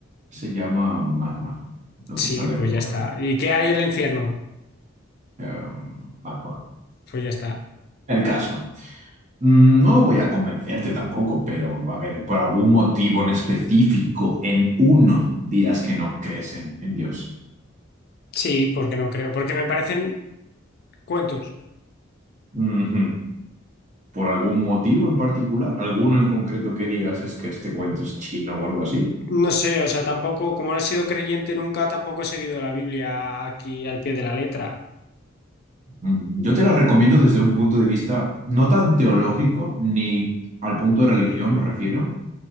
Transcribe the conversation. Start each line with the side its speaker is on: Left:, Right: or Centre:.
Right: Se llama magma, lo
Left: Sí,
Right: que está debajo.
Left: pues ya está.
Right: de-
Left: ¿Y qué hay en el infierno?
Right: eh, Em, magma.
Left: Pues ya está.
Right: El caso. Mm, No voy a convencerte tampoco, pero a ver, por algún motivo en específico, en uno, dirás que no crees en, en Dios.
Left: Sí, porque no creo, porque me parecen cuentos.
Right: Ujú. ¿Por algún motivo en particular? ¿Alguno en concreto que digas es que este cuento es chino o algo así?
Left: No sé, o sea, tampoco, como no he sido creyente nunca, tampoco he seguido la Biblia aquí al pie de la letra.
Right: Mm, Yo te la recomiendo desde un punto de vista no tan teológico ni al punto de religión me refiero,